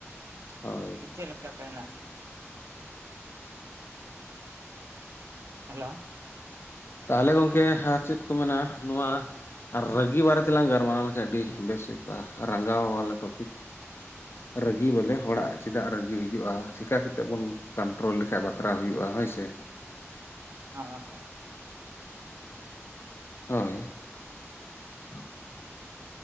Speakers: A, on the left; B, on the right.
A: ᱦᱳᱭ
B: ᱪᱮᱫ ᱞᱮᱠᱟᱛᱮ ᱦᱮᱸᱱᱟᱜ, ᱦᱮᱞᱳ
A: ᱛᱟᱦᱚᱞᱮ ᱜᱚᱢᱠᱮ ᱪᱮᱫ ᱠᱚ ᱢᱮᱱᱟ ᱱᱚᱣᱟ ᱟᱨ ᱨᱟᱹᱜᱤ ᱵᱟᱨᱮᱛᱮᱞᱟᱝ ᱜᱟᱞᱢᱟᱨᱟᱣ ᱞᱮᱱᱠᱷᱟᱱ ᱟᱹᱰᱤ ᱵᱮᱥ ᱦᱩᱭ ᱠᱚᱜ-ᱟ ᱨᱟᱸᱜᱟᱣᱟᱞᱟ ᱴᱚᱯᱤᱠ᱾
B: <inaudible>
A: ᱨᱟᱹᱜᱤ ᱵᱚᱞᱮ ᱦᱚᱲᱟᱜ ᱪᱮᱫᱟᱜ ᱨᱟᱹᱜᱤ ᱦᱤᱡᱩᱜ-ᱟ, ᱪᱮᱠᱟ ᱠᱟᱛᱮᱫ ᱵᱚᱱ ᱠᱚᱱᱴᱨᱳᱞ ᱞᱮᱠᱷᱟᱡ ᱵᱟᱛᱨᱟᱣ ᱦᱩᱭᱩᱜ-ᱟ ᱦᱳᱭ ᱥᱮ?
B: <unintelligible>
A: ᱦᱳᱭ <inaudible>